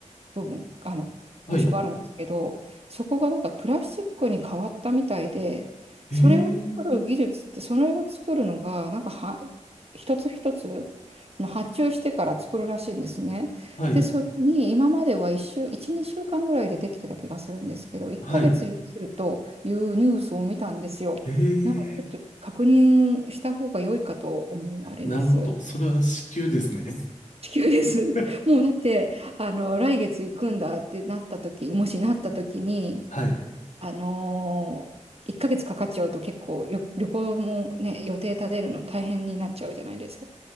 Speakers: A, on the right; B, on the left.
A: 部分、あの、
B: はい。
A: 場所があるんですけど、そこがなんかプラスチックに変わったみたいで、
B: へえ、
A: それを作る技術って、それを作るのが、なんかは、一つ一つの発注してから作るらしいんですね。
B: はい、
A: で、それに今までは1週、1、2週間ぐらいでできてた気がするんですけど、1ヶ月要するというニュースを見たんですよ。
B: はい。へ
A: なので、
B: え。
A: ちょっと確認した方が良いかと思われます。
B: なるほど。それは至急ですね。
A: 地球です。
B: <laughs>
A: <laughs> もうだって、あの、来月行くんだってなった時、もしなった時に、
B: はい。
A: あのー、1ヶ月かかっちゃうと結構旅、旅行もね、予定立てるの大変になっちゃうじゃないですか。